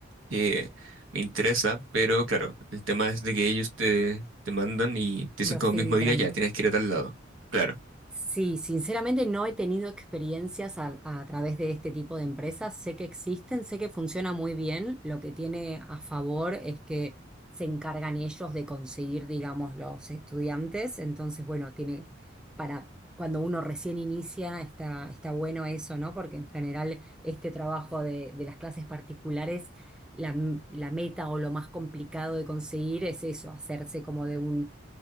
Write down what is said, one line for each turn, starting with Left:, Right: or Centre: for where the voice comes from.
Right: que me interesa, pero claro, el tema es de que ellos te, te mandan y te
Centre: Lo
Right: dicen como
Centre: filtran.
Right: mismo día, ya, tienes que ir a tal lado. Claro,
Centre: Sí, sinceramente no he tenido experiencias a, a través de este tipo de empresas. Sé que existen, sé que funciona muy bien. Lo que tiene a favor es que se encargan ellos de conseguir, digamos, los estudiantes. Entonces, bueno, tiene para cuando uno recién inicia, está, está bueno eso, ¿no? Porque en general este trabajo de, de las clases particulares, la, la meta o lo más complicado de conseguir es eso, hacerse como de un